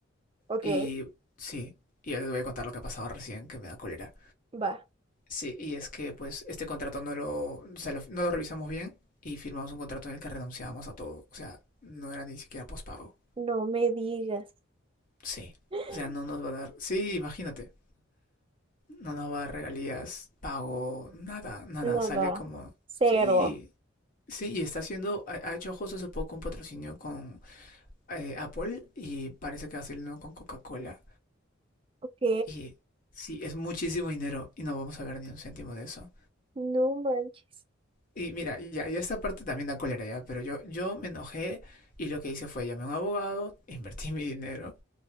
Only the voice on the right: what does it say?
ok,
va,
no me digas,
<gasps>
nada,
cero,
ok,
no manches,